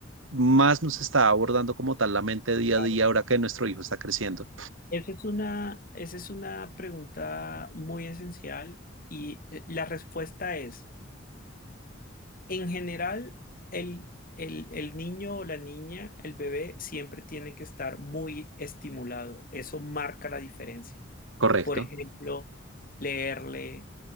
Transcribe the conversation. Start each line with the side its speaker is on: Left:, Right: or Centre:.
Right: más nos está abordando como tal la mente día
Left: claro.
Right: a día ahora que nuestro hijo está creciendo.
Left: Esa es una, esa es una pregunta muy esencial y eh, la respuesta es, en general, el, el, el niño o la niña, el bebé, siempre tiene que estar muy estimulado. Eso marca la diferencia.
Right: Correcto.
Left: Por ejemplo, leerle.